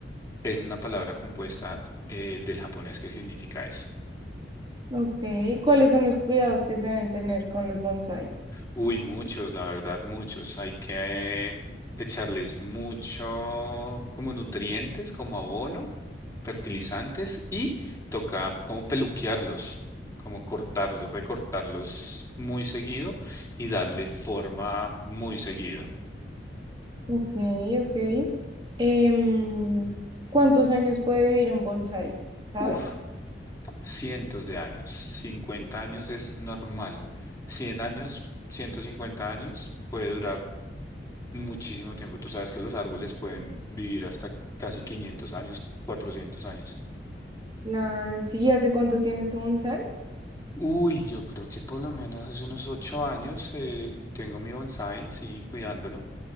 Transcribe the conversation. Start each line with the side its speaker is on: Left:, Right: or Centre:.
Left: es una palabra compuesta eh, del japonés que significa eso.
Right: Ok, ¿cuáles son los cuidados que se deben tener con los bonsai?
Left: Uy, muchos, la verdad, muchos. Hay que echarles mucho como nutrientes, como abono, fertilizantes y toca como peluquearlos, como cortarlos, recortarlos muy seguido y darle forma muy seguido.
Right: Ok, ok. Em, ¿cuántos años puede vivir un bonsai? ¿Sabes?
Left: Uf, cientos de años. cincuenta años es normal. 100 años, 150 años puede durar muchísimo tiempo. Tú sabes que los árboles pueden vivir hasta casi 500 años, 400 años.
Right: La, sí, ¿Y ¿hace cuánto tienes tu bonsai?
Left: Uy, yo creo que por lo menos hace unos ocho años eh, tengo mi bonsai, sí, cuidándolo.